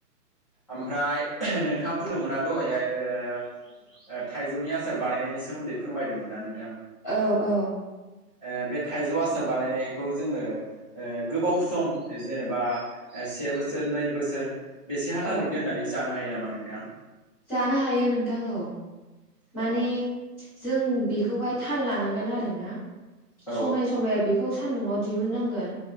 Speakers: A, on the left; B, in the centre.
A: ओमफ्राय नोंथाङा बुंदोंमोना दहायहाय ओ ओ थाइजौनि आसार बानायनायनि सोमोन्दै फोरमायदोंमोना नों।
B: औ औ।
A: ओ बे थाइजौ आसार बानायनायखौ जोङो ओ गोबाव सम जेनेबा से बोसोर नै बोसोर बेसेहालागै
B: औ
A: दोननानै जानो हायो नामा नोंथां?
B: जानो हायो नोंथां औ माने
A: अ
B: जों बेखौ खौहाय थाल लानांगोन आरोना
A: औ
B: समाय समाय बेखौ सानदुंआव दिहुननांगोन।